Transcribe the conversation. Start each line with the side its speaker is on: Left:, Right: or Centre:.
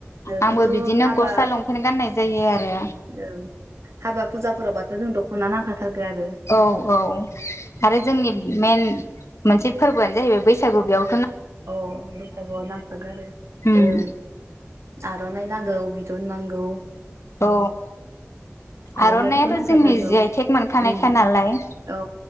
Right: ओ,
Left: आंबो
Right: खिन्थु
Left: बिदिनो
Right: हाबा
Left: गस्ला लंपेन्ट गाननाय जायो आरो।
Right: ओं हाबा फुजाफोरावबाथ' जों दख'ना नांखाथारगो आरो।
Left: औ औ आरो जोंनि मेन मोनसे फोरबोआनो जाहैबाय बैसागु बेयाव
Right: अ बैसागुआव नांखागो आरो
Left: उम
Right: ओं आर'नाइ नांगौ बि दोननांगौ
Left: औ
Right: आर'नाइखौथ'
Left: आर'नाइयाथ'
Right: नांखाथारगौ
Left: जोंनि जइथेक मोनखानाय
Right: ओम,
Left: खा नालाय।
Right: औ